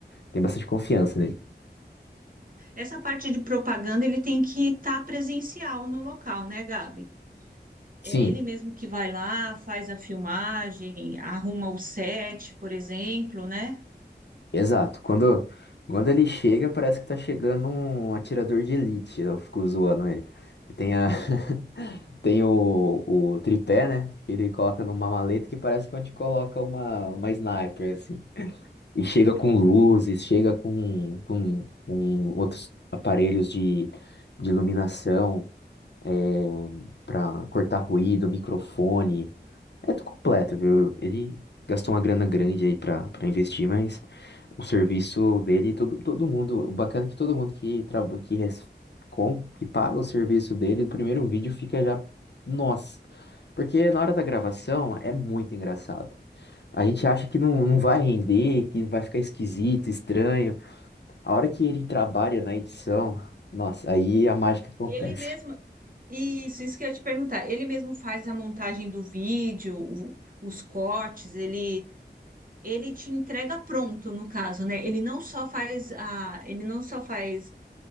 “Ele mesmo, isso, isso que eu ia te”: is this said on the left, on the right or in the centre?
Right